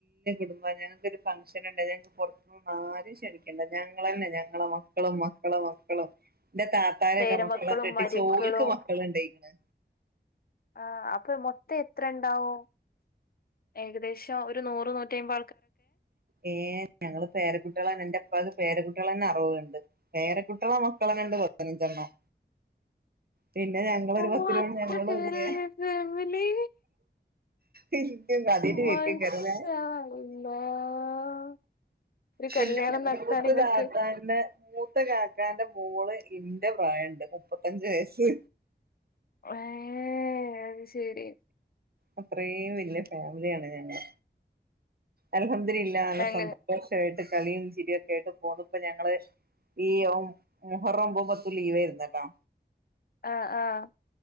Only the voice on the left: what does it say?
പേരമക്കളും
മരിയക്കളും
ആ അപ്പൊ മൊത്തം എത്രണ്ടാവും ഏകദേശം ഒരു നൂറ് നൂറ്റയ്മ്പ
ഓ
അത്രക്ക്
വല്യ ഫാമിലി
മാഷാ
അല്ലാഹ് ഒരു
കല്യാണം നടത്താൻ
നിങ്ങൾക്ക്
ഏ അത് ശരി.
അങ്ങനെ
ആ ആ.